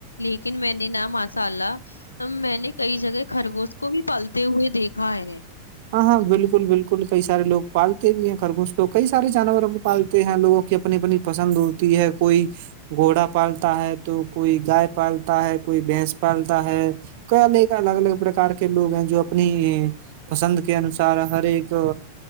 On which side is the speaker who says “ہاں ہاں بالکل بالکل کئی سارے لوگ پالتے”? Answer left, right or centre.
Right